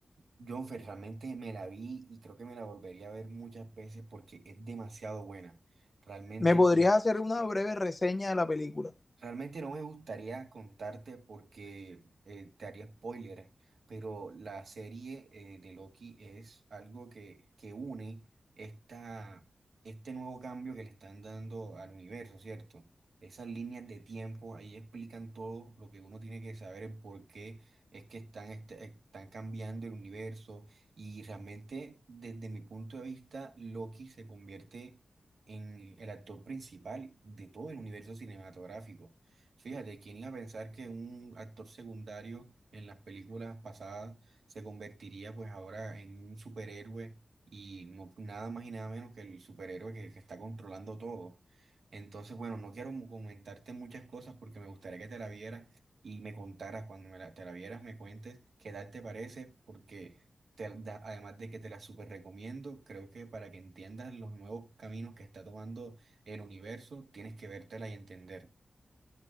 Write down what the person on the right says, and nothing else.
Yo Fer, realmente me la vi y creo que me la volvería a ver muchas veces porque es demasiado buena. Realmente
Realmente no me gustaría contarte porque eh, te haría spoiler, pero la serie eh, de Loki es algo que, que une esta, este nuevo cambio que le están dando al universo, ¿cierto? Esas líneas de tiempo, ahí explican todo lo que uno tiene que saber, el por qué es que están, este- están cambiando el universo y realmente desde mi punto de vista, Loki se convierte en el actor principal de todo el universo cinematográfico. Fíjate, ¿quién iba a pensar que un actor secundario en las películas pasadas se convertiría pues ahora en un superhéroe y no, nada más y nada menos que el superhéroe que, que está controlando todo? Entonces, bueno, no quiero mu- comentarte muchas cosas porque me gustaría que te la vieras y me contaras cuando me la- te la vieras, me cuentes qué tal te parece, porque te da- además de que te la súper recomiendo, creo que para que entiendas los nuevos caminos que está tomando el universo, tienes que vértela y entender.